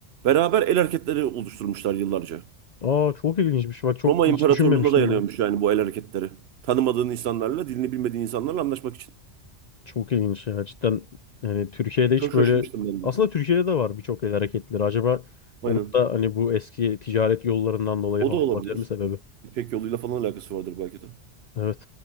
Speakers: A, on the right; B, on the left.
A: beraber el hareketleri oluşturmuşlar yıllarca.
B: Aa çok ilginçmiş. Bak çok
A: Roma
B: hiç
A: İmparatorluğu'na
B: düşünmemiştim
A: dayanıyormuş
B: bunu.
A: yani bu el hareketleri. Tanımadığın insanlarla, dilini bilmediğin insanlarla anlaşmak için.
B: Çok ilginç ya. Cidden yani Türkiye'de hiç
A: Çok şaşırmıştım
B: böyle
A: ben de.
B: aslında Türkiye'de de var birçok el hareketleri. Acaba onun
A: Aynen.
B: da hani bu eski ticaret yollarından dolayı
A: O
B: falan
A: da olabilir.
B: olabilir mi sebebi?
A: İpek yoluyla falan alakası vardır belki de.
B: Evet.